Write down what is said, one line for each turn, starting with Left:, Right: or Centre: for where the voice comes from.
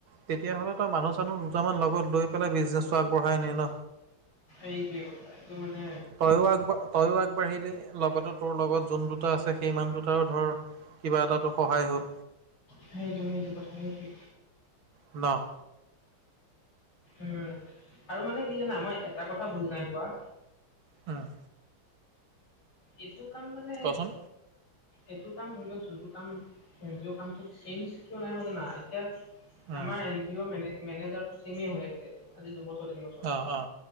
Right: তেতিয়াহ'লেটো মানুহ চানুহ দুটামান লগত লৈ পেলাই বিজনেছটো আগবঢ়াই নে ন।
Left: এইটোৱে কথা এইটো মানে
Right: তইও আগ -আগবাঢ়িলি লগতে তোৰ লগত যোন দুটা আছে সেইমান দুটাও ধৰ কিবা এটাতো সহায় হ'ল।
Left: সেইটো -সেইটো কথা সেইটোৱে।
Right: ন'?
Left: উম, আৰু মানে কি জানা মই এটা কথা বুজি নাই পোৱা
Right: অ',
Left: এইটো কাম মানে
Right: কচোন
Left: এইটো কাম ধৰি লও যোনটো কাম যিয় কামটো চেইঞ্জটো কিয় নাই হোৱা জানা এতিয়া
Right: উম
Left: আমাৰ এন জি অ মেনে- মেনেজাৰটো হৈ আছে। আজি দুবছৰ, তিনি বছৰ
Right: অ অ